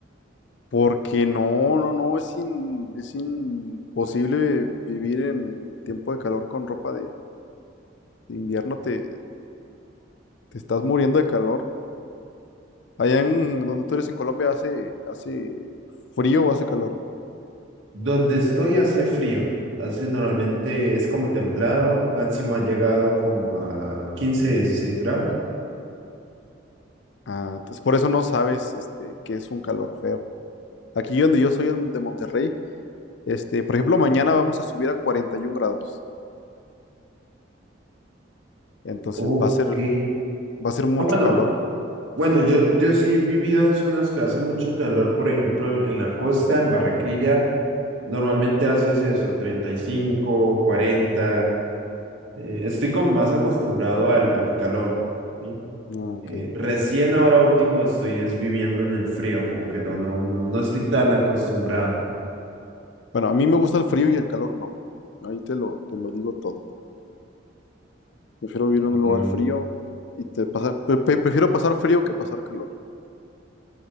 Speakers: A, on the left; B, on the right.
A: Porque no, no, no, es, in- es imposible vivir en tiempo de calor con ropa de, de invierno. Te, te estás muriendo de calor. Allá en donde tú eres en Colombia hace, hace frío o hace calor.
B: Donde estoy hace frío, hace normalmente es como templado, máximo ha llegado como a 15, 16 grados.
A: Ah, entonces por eso no sabes este, qué es un calor feo. Aquí donde yo soy en- de Monterrey, este, por ejemplo, mañana vamos a subir a 41 grados. Entonces
B: Ok.
A: va a ser, va a ser mucho
B: Ah, bueno,
A: calor.
B: bueno, yo, yo sí he vivido en zonas que hace mucho calor, por ejemplo, en la costa, en Barranquilla, normalmente haces eso, 35, 40. eh, estoy como más acostumbrado al, al calor, ¿sí?
A: Ah, ok.
B: Eh, recién ahora último estoy es viviendo en el frío, como que no, no, no, no estoy tan acostumbrado.
A: Bueno, a mí me gusta el frío y el calor no. Ahí te lo, te lo digo todo. Prefiero vivir en un lugar
B: Ya.
A: frío y te pasar, pre- pre- prefiero pasar frío que pasar calor.